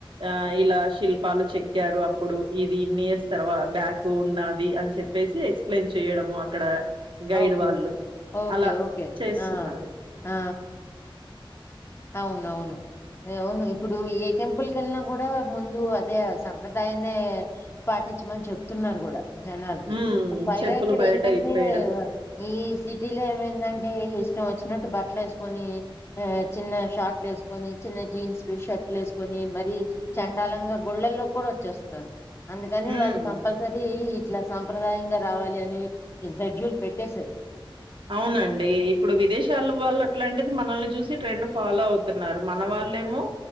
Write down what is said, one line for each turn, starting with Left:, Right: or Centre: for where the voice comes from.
Right: ఆ ఇలా శిల్పాలు చెక్ క్కారు అప్పుడు ఇది ఇన్ని ఇయర్స్ తర్వా బ్యాక్ ఉన్నది అని చెప్పేసి ఎక్స్ప్లెయిన్ చేయడము అక్కడ గైడ్
Left: ఓకే
Right: వాళ్ళు
Left: ఓకే
Right: అలా
Left: ఓకే
Right: చేస్తున్నారు
Left: ఆ ఆ అవును అవును అవును ఇప్పుడు ఏ టెంపుల్ కి వెళ్ళినా కూడా ముందు అదే సంప్రదాయమే పాటించమని చెప్తున్నారు కూడా జనాలకి,
Right: హ్మ్.
Left: పైగా
Right: చెప్పులు
Left: ఇక్కడ
Right: బయట
Left: ఏంటంటే
Right: ఇప్పేయడం.
Left: ఈ సిటీలో ఏమైందంటే ఇష్టం వచ్చినట్టు బట్టలు వేసుకొని ఆ చిన్న షార్ట్లు వేసుకొని, చిన్న జీన్స్ షర్ట్లు వేసుకొని మరి చండాలంగా గుళ్ళల్లోకి కూడా వచ్చేస్తున్నారు. అందుకని
Right: హ్మ్.
Left: వాళ్ళు కంపల్సరీ ఇట్లా సాంప్రదాయంగా రావాలి అని షెడ్యూల్ పెట్టేసారు.
Right: అవునండి ఇప్పుడు విదేశాలవాళ్ళు అట్లాంటిది మనల్ని చూసి ట్రెండ్ ఫాలో అవ్ న్నారు మన వాళ్ళేమో